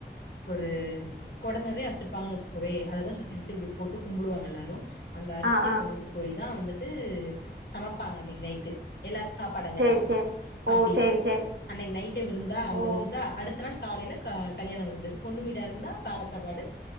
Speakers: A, on the left; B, on the right.
A: ஒரு குடனெறயா வெச்சுருப்பாங்கன்னு வேச்சுக்கவே அதைதா சுத்தி சுத்தி இப்படி போட்டு கும்பிடுவாங்க எல்லாரு அந்த அரிசியை
B: ஆ ஆ
A: கொண்டுட்டு போய்தா வந் ட்டு சமைப்பாங்க அன்னைக்கு நைட்டு எல்லாருக்கு சாப்பாடு அங்கதா
B: சேரி சேரி
A: அப்படி
B: ஓ சேரி சேரி
A: அன்னைக்கு நைட்டே விருந்தா அந்த
B: ஓ
A: விருந்தா அடுத்த தனா காலையில கல்யாண விருந்து பொண்ணு வீடா இருந்தா கால சாப்பாடு